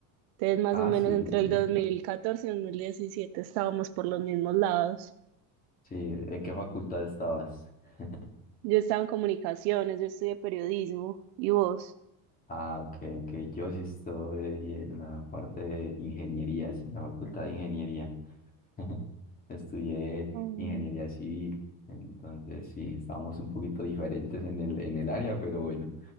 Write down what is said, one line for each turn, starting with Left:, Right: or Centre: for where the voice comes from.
Right: entonces más
Left: Ah,
Right: o menos
Left: sí,
Right: entre
Left: sí,
Right: el 2014 y 2017 estábamos por los mismos lados.
Left: sí. ¿En qué facultad estabas? <laughs>
Right: Yo estaba en comunicaciones, yo estudié periodismo y vos.
Left: Ah, ok, ok. Yo sí estoy en la parte de ingenierías, en la facultad de ingeniería. <laughs> Estudié
Right: Mm,
Left: ingeniería civil, entonces sí, estábamos un poquito diferentes en el, en el área, pero bueno,